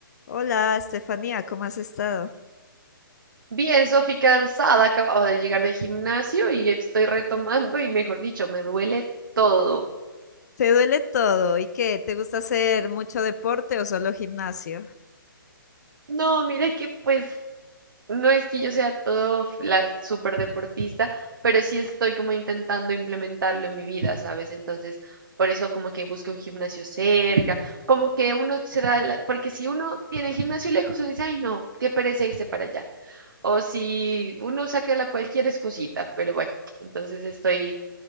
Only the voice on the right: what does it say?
Bien, Sofi, cansada, acababa de llegar del gimnasio y estoy retomando y mejor dicho, me duele todo.
No, mira que pues no es que yo sea todo f- la super deportista, pero sí estoy como intentando implementarlo en mi vida, ¿sabes? Entonces, por eso como que busco un gimnasio cerca, como que uno se da, la- porque si uno tiene el gimnasio lejos, uno dice, ay no, qué pereza irse para allá. O si uno saca la cualquier excusita, pero bueno, entonces estoy